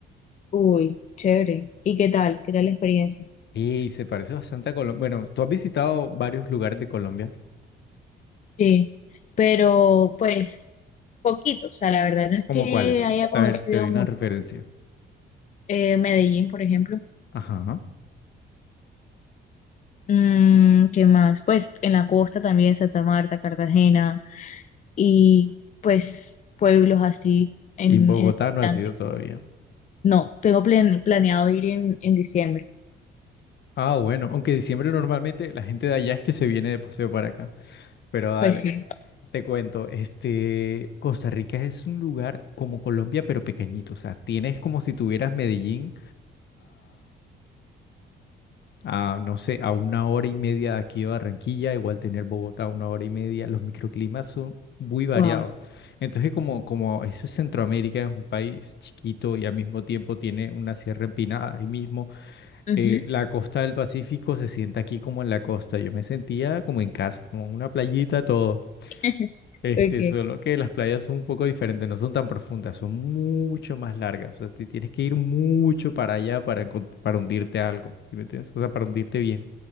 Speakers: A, on the left; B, on the left.
A: Uy, chévere. ¿Y qué tal? ¿Qué tal la experiencia?
B: y se parece bastante a Colombia. Bueno, tú has visitado varios lugares de Colombia.
A: Sí, pero pues poquito, o sea, la verdad no es
B: ¿Cómo
A: que
B: cuáles?
A: haya conocido
B: A ver, te doy
A: mucho.
B: una referencia.
A: Eh, Medellín, por ejemplo.
B: Ajá.
A: Mm, ¿qué más? Pues en la costa también, Santa Marta, Cartagena. y pues pueblos así en,
B: Y en Bogotá
A: en el
B: no
A: Atlántico.
B: has ido todavía.
A: No, tengo plan- planeado ir en, en diciembre.
B: Ah, bueno, aunque diciembre normalmente la gente de allá es que se viene de paseo para acá. Pero dale,
A: Pues sí,
B: te cuento, este, Costa Rica es un lugar como Colombia, pero pequeñito. O sea, tienes como si tuvieras Medellín, a, no sé, a una hora y media de aquí de Barranquilla, igual tener Bogotá a una hora y media, los microclimas son muy variados.
A: wow.
B: Entonces, como, como eso es Centroamérica, es un país chiquito y al mismo tiempo tiene una sierra empinada, ahí mismo,
A: Ujú.
B: eh, la costa del Pacífico se siente aquí como en la costa. Yo me sentía como en casa, como en una playita, todo.
A: <laughs>
B: Este,
A: Ok.
B: solo que las playas son un poco diferentes, no son tan profundas, son mucho más largas. O sea, te tienes que ir mucho para allá para, encon- para hundirte algo, ¿sí me entiendes? O sea, para hundirte bien.